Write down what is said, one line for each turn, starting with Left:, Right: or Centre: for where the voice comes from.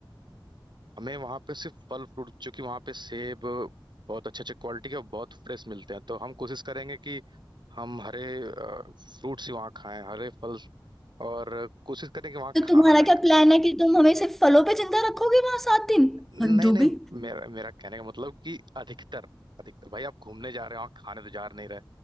Right: हमें वहां पे सिर्फ फल फ्रूट क्योंकि वहां पे सेब बहुत अच्छे अच्छे क्वालिटी के और बहुत फ्रेश मिलते हैं तो हम कोशिश करेंगे कि हम हरे फ्रूट्स ही वहाँ खाएं हरे फल और कोशिश करें कि वहाँ
Centre: तो
Right: खाना
Centre: तुम्हारा
Right: ना
Centre: क्या
Right: ख-
Centre: प्लान है कि तुम हमें सिर्फ फलों पे जिंदा रखोगे वहां सात दिन
Right: नहीं
Centre: हद हो
Right: नहीं
Centre: गई
Right: मेरा मेरा कहने का मतलब कि अधिकतर अधिकतर भाई आप घूमने जा रहे हो वहाँ खाने तो जा नहीं रहे